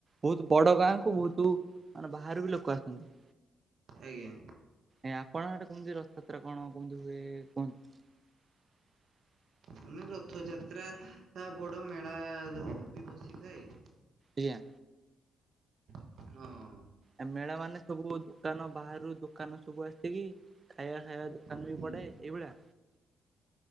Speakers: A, on the right; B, on the right.
A: ବହୁତ ବଡ ଗାଁ କ ବହୁତ ମାନେ ବାହାରୁ ବି ଲୋକ ଆସନ୍ତି
B: ଆଜ୍ଞା
A: ଆଜ ଆପଣ ଏଠ କେମିତି ରଥଯାତ୍ରା କଣ କମିତି ହୁଏ କୁହ ଯ
B: ମାନେ ରଥଯାତ୍ରା ବଡ ମେଳା ବି ବସିଥାଏ
A: ଆଜ୍ଞା
B: ହଁ
A: ଆ ମେଳା ମାନେ ସବୁ ଦୋକାନ ବାହାରୁ ଦୋକାନ ସବୁ ଆସି କି ଖାଇବା ଖାଇବା ଦୁୋକାନ
B: ହୁଁ।
A: ବି ପଡେ ଏଇଭଳିଆ